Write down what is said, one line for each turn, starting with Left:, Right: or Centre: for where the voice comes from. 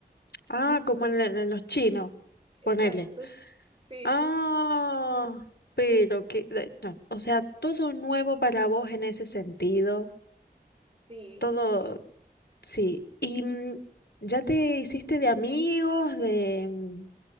Left: Ah, como en, el- en los chinos,
Right: Exacto.
Left: ponele.
Right: Sí,
Left: Ah, pero que... de- no, O sea, todo nuevo para vos en ese sentido.
Right: sí.
Left: Todo, sí. ¿Y mm, ya te hiciste de amigos, de... mm,